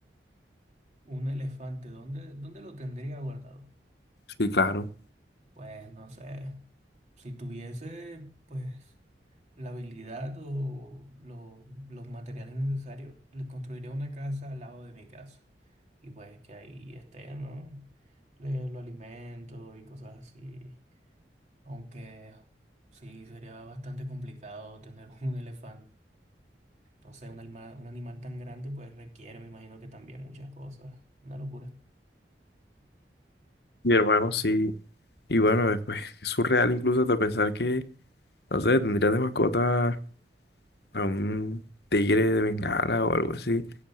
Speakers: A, on the right; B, on the left.
A: Un elefante, ¿dónde, dónde lo tendría guardado?
B: Sí, claro.
A: Pues no sé. Si tuviese, pues, la habilidad o lo- los materiales necesarios, le construiría una casa al lado de mi casa. Y pues que ahí esté, ¿no? Le, lo alimento y cosas así. Aunque sí, sería bastante complicado tener <laughs> un elefante. No sé, un animal, un animal tan grande, pues requiere, me imagino que también muchas cosas. Una locura.
B: Mi hermano, sí. Y bueno, eh, pues es surreal incluso hasta pensar que, no sé, tendrías de mascota a un tigre de bengala o algo así.